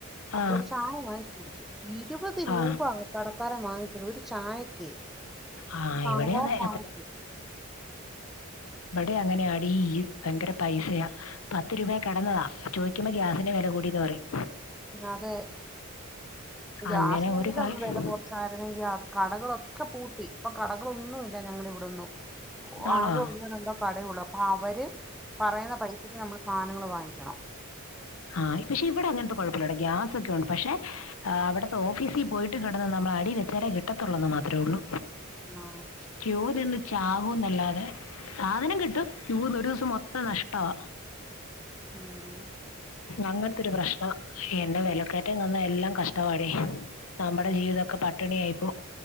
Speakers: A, on the left; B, in the centre.
A: ആ
B: അപ്പൊ ഒരു ചായ വാങ്ങിച്ച് കുടിച്ചു. ഇരുവത്
A: ആ
B: രൂപകടക്കാരൻവാങ്ങിച്ചത് ഒരു ചായക്ക്.
A: ആ
B: സാധാ
A: ഇവിടെ അതെ
B: ചായക്ക്
A: ഇപടെ അങ്ങനെആടിഈ ഭയങ്കരപൈസയാപത്ത് രൂപേകെടന്നതാ ചോയിക്കുമ്പോ ഗ്യാസിന് വെല കൂടിന്പറയും.
B: അതെ ഗ്യാസിനെങ്കിലും
A: അങ്ങനെ ഒരു കാര്യം
B: ഒന്ന് വില കുറച്ചു രണെങ്കിൽ കടകളൊക്കെ പൂട്ടി ഇപ്പൊ കടകളൊന്നും ഇല്ല ഞങ്ങളുടെ ഇവിടൊന്നും.
A: ആണോ
B: ആകെ ഒന്നോ രണ്ടോ കട ഉള്ളൂ. അപ്പൊ അവര് പറയുന്ന പൈസക്ക് നമ്മള് സാധനങ്ങള് വാങ്ങിക്കണം
A: ആഹ് പക്ഷെ ഇവിടെ അങ്ങനത്തെ കുഴപ്പമില്ല ഗ്യാസൊക്കെ ഉണ്ട് പക്ഷെ- ആ അവിടുത്തെ ഓഫീസിൽ പോയിട്ട് കിടന്ന് നമ്മൾ അടി വെച്ചാലേ കിട്ടത്തുള്ളൂന്ന് മാത്രേ ഉള്ളൂ.
B: ആഹ്
A: ക്യൂ നിന്ന് ചാകും എന്നല്ലാതെ സാധനം കിട്ടും ക്യൂന്ന് ഒരു ദിവസം മൊത്തം നഷ്ടമാ.
B: ആഹ്
A: അങ്ങനത്തെൊരു പ്രശ്നം എന്ന വിലക്കറ്റംവന്നാ എല്ലാം കഷ്ടമാടി. നമ്മുടെ
B: ഉം
A: ജീവിതൊക്കെ പട്ടിണി ആയിപ്പോകും.